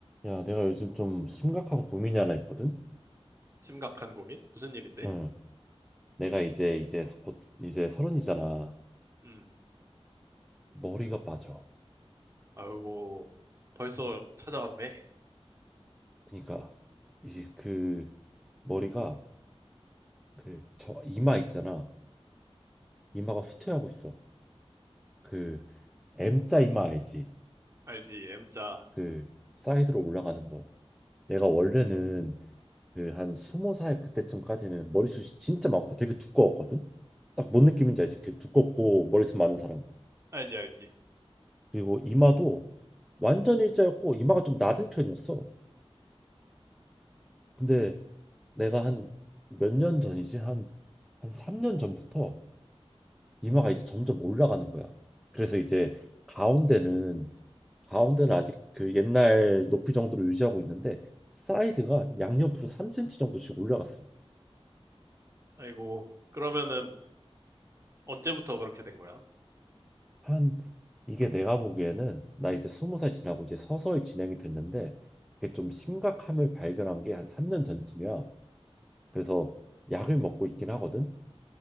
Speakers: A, in the centre; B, on the right.
A: 야, 내가 요즘 좀 심각한 고민이 하나 있거든.
B: 심각한 고민? 무슨 일인데?
A: 응. 내가 이제 이제 곧 이제 서른이잖아.
B: 음,
A: 머리가 빠져.
B: 아이고, 벌써 찾아왔네.
A: 그러니까 이 그 머리가 그 저 이마 있잖아. 이마가 후퇴하고 있어. 그 M자 이마 알지?
B: 알지, M자.
A: 그 사이드로 올라가는 거. 내가 원래는 그 한 스무 살 그때쯤까지는 머리숱이 진짜 많고 되게 두꺼웠거든. 딱 뭔 느낌인지 알지? 그 두껍고 머리숱 많은 사람.
B: 알지, 알지.
A: 그리고 이마도 완전 일자였고 이마가 좀 낮은 편이었어. 근데 내가 한 몇 년 전이지 한 한 3년 전부터 이마가 이제 점점 올라가는 거야. 그래서 이제 가운데는 가운데는 아직 그 옛날 높이 정도로 유지하고 있는데 사이드가 양옆으로 3cm 정도씩 올라갔어.
B: 아이고, 그러면은 언제부터 그렇게 된 거야?
A: 한 이게 내가 보기에는 나 이제 20살 지나고 이제 서서히 진행이 됐는데 이게 좀 심각함을 발견한 게 한 3년 전쯤이야. 그래서 약을 먹고 있긴 하거든.